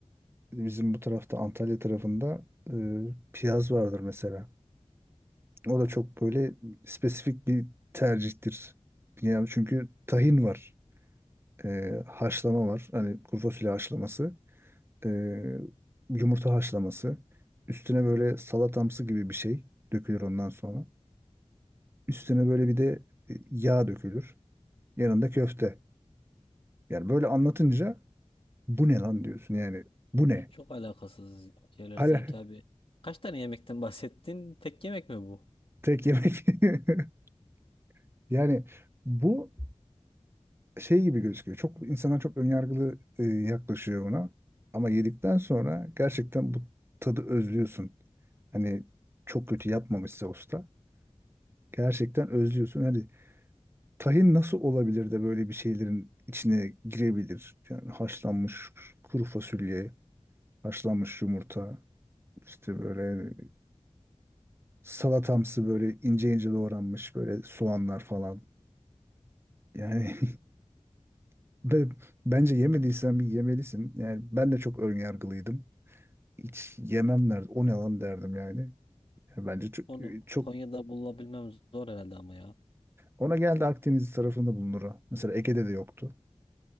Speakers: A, on the right (about 20°); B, on the left (about 55°).
A: bizim bu tarafta Antalya tarafında e, piyaz vardır mesela. O da çok böyle spesifik bir tercihtir. Yani çünkü tahin var. e, haşlama var. Hani kuru fasulye haşlaması. e, yumurta haşlaması. Üstüne böyle salatamsı gibi bir şey dökülür ondan sonra. Üstüne böyle bir de e, yağ dökülür. Yanında köfte. Yani böyle anlatınca bu ne lan diyorsun yani. Bu ne?
B: Çok alakasız şeyler
A: Hala
B: sanki abi. Kaç tane yemekten <laughs> bahsettin? Tek yemek mi bu?
A: <laughs> tek yemek. <laughs> Yani bu şey gibi gözüküyor. Çok insanlar çok önyargılı e, yaklaşıyor buna. Ama yedikten sonra gerçekten bu tadı özlüyorsun. Hani çok kötü yapmamışsa usta. Gerçekten özlüyorsun. Hani tahin nasıl olabilir de böyle bir şeylerin içine girebilir? Yani haşlanmış kuru fasulye, haşlanmış yumurta, işte böyle salatamsı böyle ince ince doğranmış böyle soğanlar falan. Yani <laughs> ve bence yemediysen bir yemelisin. Yani ben de çok ön yargılıydım. Hiç yemem derdim. O ne lan derdim yani. Yani bence çok,
B: Onu
A: çok
B: Konya'da bulabilmem zor herhalde ama ya.
A: ona geldi Akdeniz tarafında bulunur o. Mesela Ege'de de yoktu.